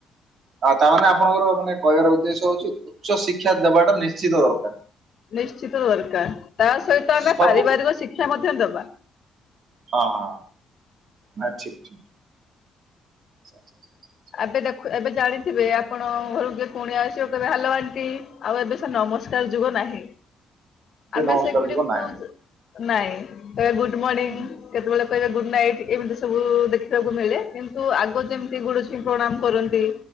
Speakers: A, on the right (about 60°); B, on the left (about 60°).
A: ଆଉ ତାମାନେ ଆପଣଙ୍କର ମାନେ କହିବାର ଉଦ୍ଦେଶ୍ୟ ହଉଚି ଉଚ୍ଚ ଶିକ୍ଷା ଦବାଟା ନିଶ୍ଚିତ ଦରକାର।
B: ନିଶ୍ଚିତ ଦରକାର, ତା ସହିତ ଆମେ
A: ସବୁ
B: ପାରିବାରିକ ଶିକ୍ଷା ମଧ୍ୟ ଦବା।
A: ହଁ ହଁ ନା ଠିକ୍ ଠିକ୍। <inaudible>
B: ଆବେ ଦେଖୁ ଏବେ ଜାଣିଥିବେ ଆ ପଣଙ୍କ ଘରୁକୁ କିଏ କୁଣିଆ ଆସିବେ କଇବେ ହ୍ୟାଲୋ ଆଣ୍ଟି, ଆଉ ଏବେ ସେ ନମସ୍କାର ଯୁଗ ନାହିଁ। ଆମେ
A: ସେ ନମସ୍କାର
B: ସେଗୁଡିକୁ
A: ଯୁଗ ନାଇ।
B: ନାଇଁ କେତବେଳେ ଗୁଡ ମର୍ଣ୍ଣିଂ
A: ହୁଁ,
B: କେତବେଳେ କହିବେ ଗୁଡ ନାଇଟ୍ ଏମିତି ସବୁ ଦେଖିବାକୁ ମିଳେ କିନ୍ତୁ ଆଗ ଯେମିତି ଗୁଡୁଛି ପ୍ରଣାମ କରନ୍ତି